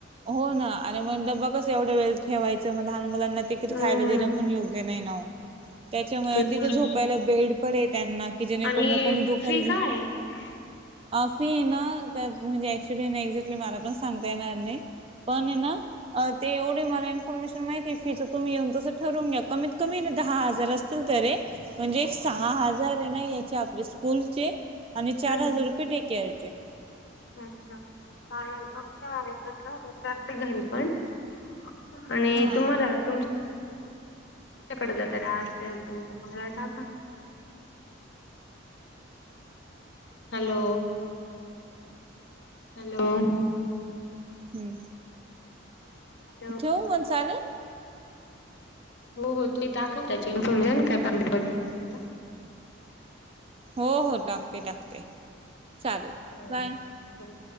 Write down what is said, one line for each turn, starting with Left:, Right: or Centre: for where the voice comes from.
Right: हो ना आणि मग डबा कस एवढं वेळ ठेवायचं म लहान मुलांना तिकीट
Left: हम्म
Right: खायला देणं पण योग्य नाही ना ओ. त्याच्यामुळे
Left: ते
Right: आणि
Left: पण
Right: तिथं झोपायला
Left: आहे.
Right: बेड पण आहे त्यांना कि जेने
Left: आणि
Right: कोन कोण दुपारी
Left: फी <unintelligible>
Right: अ फी ना त्यात म्हणजे ऍक्च्युली एक्झॅक्टली मला पण सांगता येनार नाई. पण आहे ना तेवढे मला इन्फॉर्मेशन माहिती आहे फीच तुम्ही येऊन तसं ठरून घ्या. कमीत कमी दहा हजार असतील तरी. म्हणजे एक सहा हजार आहे ना याचे आपले स्कूलचे आणि चार
Left: हम्म
Right: हजार रुपये डे केअर
Left: अच्छा, <unintelligible> बघ <unintelligible> विचारते घरी पण आणि
Right: हा
Left: तुम्हाला तुमच्या त्याच्याकड जात असेल तर मला टाका. Hello, hello.
Right: हम्म.
Left: हॅलो.
Right: ठेव मणसाले.
Left: हो हो तु टाखव त्याची इ्फॉर्मेशन कायट वगैरे असेल तर.
Right: हो हो टाकते टाकते. चालेल
Left: हम्म
Right: बाय.